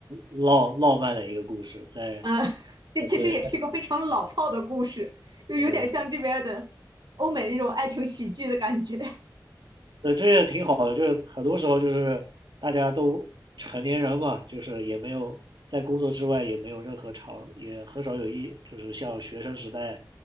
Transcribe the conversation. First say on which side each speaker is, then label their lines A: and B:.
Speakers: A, on the right; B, on the right.
A: 浪浪漫的一个故事，在
B: 呃，<laughs> 这其实也是一个非常老套的故事，
A: 呃对
B: 就有点像这边儿的欧美那种爱情喜剧的感觉。
A: 对对
B: <laughs>
A: 呃，这也挺好的，就是很多时候就是大家都成年人嘛，就是也没有在工作之外也没有任何场，也很少有一就是像学生时代，